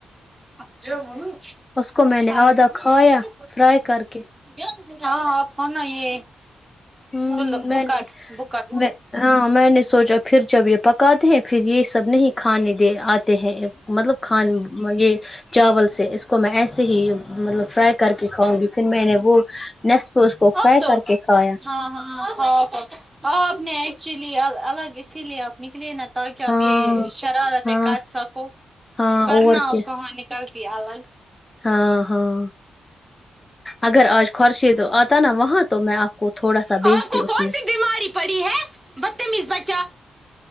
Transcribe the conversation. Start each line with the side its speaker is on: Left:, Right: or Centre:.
Right: اچھا <unintelligible>
Left: اس کو میں نے آدھا کھایا فرائی کر کے
Right: ہاں فنا یہ
Left: ہوں
Right: بکٹ
Left: میں نے
Right: بکٹ
Left: میں ہاں میں نے سوچا پھر جب یہ پکاتے ہیں پھر یہ سب نہیں کھانے دے آتے ہیں مطلب خان مے یہ چاول سے اس کو میں ایسے ہی مطلب فرائی کر کے کھاؤں گی پھر میں نے وہ نسپو اس کو
Right: اب
Left: فرائی
Right: تو
Left: کر کے کھایا
Right: ہاں ہاں آپ نے ایکچولی الگ اسی لیے آپ نکلے نا تاکہ
Left: ہاں
Right: آپ یہ شرارتیں
Left: ہاں
Right: کر سکو
Left: ہاں
Right: ورنا
Left: اور
Right: آپ
Left: کیا
Right: کہاں نکلتی الگ
Left: ہاں ہاں اگر آج خرشے تو آتا نا وہاں تو میں آپ کو تھوڑا سا بیچتی
Right: آپ کو
Left: اس
Right: کون
Left: میں
Right: سی بیماری پڑی ہے بدتمیز بچہ